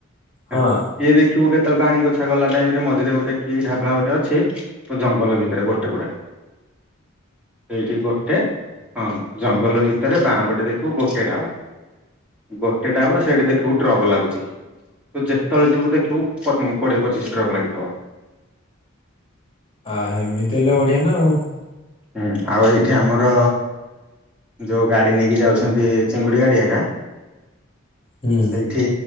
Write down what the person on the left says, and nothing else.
ହଁ
ଆ ହେମିତି ହେଲେ ବଢିଆ ନା ଆଉ।
ହୁଁ